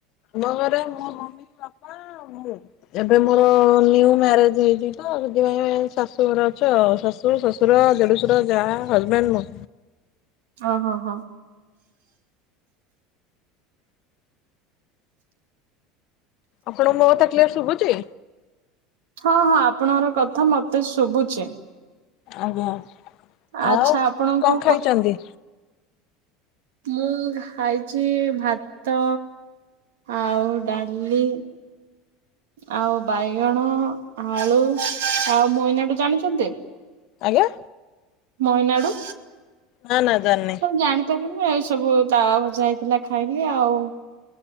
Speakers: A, on the left; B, on the right.
A: ମ ଘରେ ମୋ ମମି ବାପା ଆଉ ମୁଁ। ଏବେ ମୋର ନିୁ ମ୍ୟାରେଜ ହେଇଚି ତ ସେଥିପାଇଁ ଶାଶୁଘର ଅଛି ଆଉ ଶାଶୁ ଶଶୁ ଶୁର ଦେଢୁସର ଯାହା ହଜବେଣ୍ଡ ମୁଁ।
B: ଓହୋ ହୋ।
A: ଆପଣଙ୍କୁ ମୋ କଥା କ୍ଲିୟର ଶୁଭୁଚି?
B: ହଁ ହଁ ଆପଣଙ୍କର କଥା ମତେ ଶୁଭୁଚି।
A: ଆଜ୍ଞା
B: ଆଚ୍ଛା
A: ଆଉ କଣ
B: ଆପଣଙ୍କୁ
A: ଖାଇଚନ୍ତି?
B: ମୁଁ ଖାଇଚି ଭାତ ଆଉ ଡାଲି ଆଉ ବାଇଗଣ ଆଳୁ ଆଉ ମୟନାଡୁ ଜାଣିଚନ୍ତି?
A: ଆଜ୍ଞା?
B: ମୟନାଡ଼ୁ?
A: ନାଁ ନାଁ ଜାଣିନି।
B: ମୁଁ ଜାଣିପାରିବିନି ଏଇ ସବୁ ତାୱ ଭଜା ହେଇଥିଲା ଖାଇଲି ଆଉ।